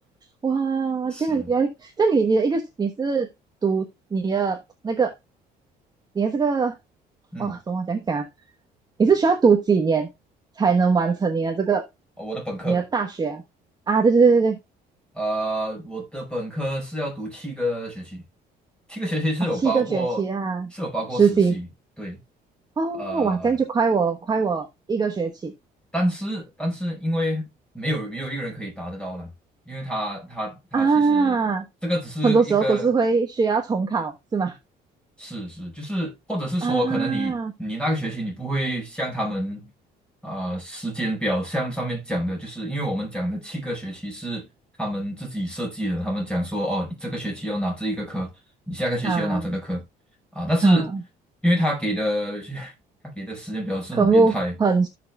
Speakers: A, on the right; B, in the centre.
A: 哇，
B: 是，
A: 这样很压力，这样你你的一个你是读你的那个，你的这个，
B: 嗯，
A: 哦，怎么讲讲啊你是需要读几年才能完成你的这个
B: 哦我的本科嘛，
A: 你的大学啊？啊，对对对对
B: 呃，我的本科是要读七个学期，七个学期是有包括是有包括实习，
A: 哦，七个学期啊，实习
B: 对，
A: 哦，
B: 呃。
A: 哇，这样就快我快我一个学期
B: 但是但是因为没有没有一个人可以达得到了，因为他他他其实这个只是一个
A: 啊，很多时候都是会需要重考，是吗？
B: 事实，就是或者是说，
A: 啊
B: 可能你你那个学期你不会像他们呃时间表像上面讲的，就是因为我们讲的七个学期是他们自己设计的，他们讲说哦，你这个学期要拿这一个科，你下个学期要拿这个科啊，
A: 啊
B: 但是
A: 啊，
B: 因为他给的 <laughs> 他给的时间表是很变态。
A: 科目很